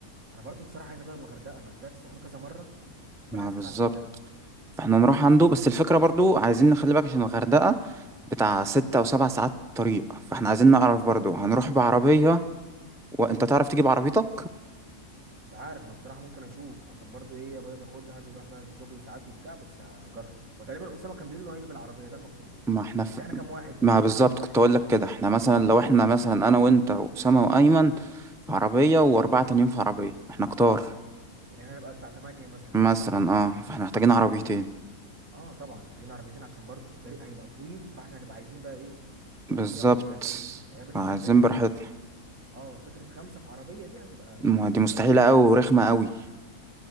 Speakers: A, on the right; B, in the centre.
A: انا برضو بصراحه عايز اجرب الغردقه انا طلعت السخنه كذا مره فانا
B: ما
A: عايز
B: بالظبط
A: اطلع الغردقه
B: فاحنا نروح عنده بس الفكرة برضو عايزين نخلي بالك عشان الغردقة بتاع ستة أو سبع ساعات طريق فاحنا عايزين نعرف برضو هنروح بعربية
A: اه
B: وانت تعرف تجيب عربيتك
A: مش عارف انا بصراحه ممكن اشوف عشان برضو ايه ابويا بياخدها بيروح بقى الشغل ساعات وبتاع بس هجرب وتقريبا اسامه كان بيقول انه هيجي بالعربيه ده المفروض
B: ما احنا
A: بس
B: في...
A: احنا كام واحد
B: ما
A: احنا هنطلع
B: بالظبط
A: كام واحد
B: كنت أقول لك كده احنا مثلا لو احنا مثلا أنا وأنت وأسامة وأيمن في عربية وأربعة تانيين في عربية احنا كتار
A: يعني احنا هنبقى بتاع 8 مثلا
B: مثلا
A: هنطلع 8
B: اه فاحنا محتاجين عربيتين
A: اه طبعا محتاجين عربيتين عشان برضو الطريق هيبقى طويل فاحنا هنبقى عايزين بقى ايه مش
B: بالظبط
A: عايزين نقعد متزنقين يعني أنا بالنسبه
B: فعايزين
A: لي فكره
B: براحتنا
A: اه فكره خمسه في عربيه دي هتبقى
B: ما دي
A: هتبقى
B: مستحيلة
A: كتير
B: أوي
A: الصراحه
B: ورخمة أوي